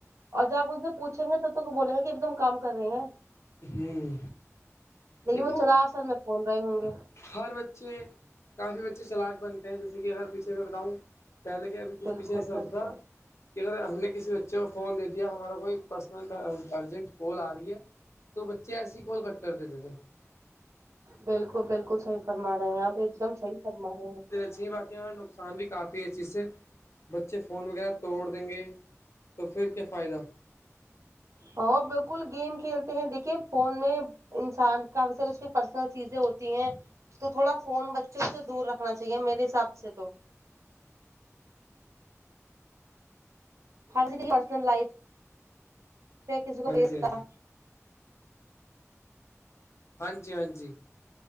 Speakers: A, on the right; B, on the left.
A: اور جب آ ان سے پوچھیں گے تب تو کو بولیں گے کہ اب تم کام کر رہے ہیں
B: ہوں
A: لیکن
B: دیکھو
A: وہ چلا اصل میں فون رہے ہوں گے
B: ہر بچے کافی بچے چلاق بنتے ہیں جیسے کہ اگر پیچھے میں بتاؤں پہلے کے ابھی کچھ
A: بالکل
B: پیچھے ایسا
A: بالکل
B: ہوتا تھا کہ اگر ہم نے کسی بچے کو فون دے دیا ہمارا کوئی پرسنل ارجنٹ کال آ رہی ہے تو بچے ایسی ہی کال کٹ کر دیتے تھے
A: بالکل بالکل صحیح فرما رہے ہیں آپ ایک دم صحی فرما رہے ہیں
B: اسسی باقی ہمیں نقصان بھی کافی ہے اس چیز سے بچے فون وغیرہ توڑ دیں گے تو پھر کیا فائدہ
A: ہ بالکل گیم کھیلتے ہیں دیکھیے فون میں انسان کافی ساریے اس کی پرسنل چیزیں ہوتی ہیں تو تھوڑا فون بچوں سے دور رکھنا چاہیے میرے حساب سے تو ہر کسی کی پرسنل لائف کسی کو
B: ہاں
A: بھیچتا
B: جی ہاں جی ہاں جی